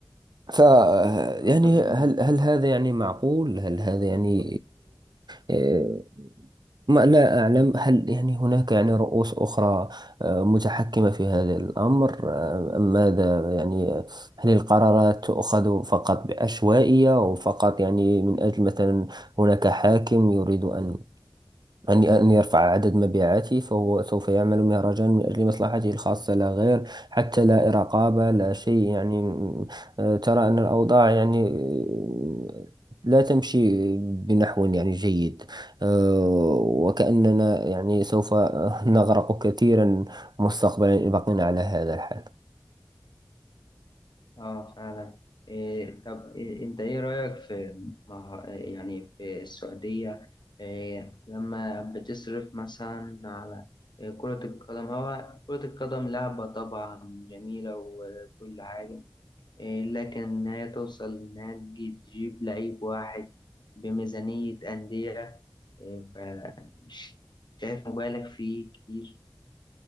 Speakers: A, on the right; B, on the left.
A: ف يعني
B: أتفق
A: هل
B: معاك
A: هل هذا يعني معقول؟ هل هذا يعني إيه، ما لا أعلم هل يعني هناك يعني رؤوس أخرى آه، متحكمة في هذا الأمر آه، أم ماذا يعني هل القرارات تؤخذ فقط بعشوائية وفقط يعني من أجل مثلا هناك حاكم يريد أن أن أن يرفع عدد مبيعاته فهو سوف يعمل مهرجان من أجل مصلحته الخاصة لا غير حتى لا رقابة لا شيء يعني م- آه، ترى أن الأوضاع يعني آه، لا تمشي بنحو يعني جيد آه، وكأننا يعني سوف <laughs> نغرق كثيرا مستقبلا إن بقينا على هذا الحال
B: اه فعلا إيه طب إيه انت ايه رأيك في مه- يعني في السعودية إيه لما بتصرف مثلا على إيه كرة القدم هو كرة القدم لعبة طبعا جميلة وكل حاجة إيه لكن إن هي توصل إنها تجي- تجيب لعيب واحد بميزانية أندية إيه فمش شايف مبالغ فيه كتير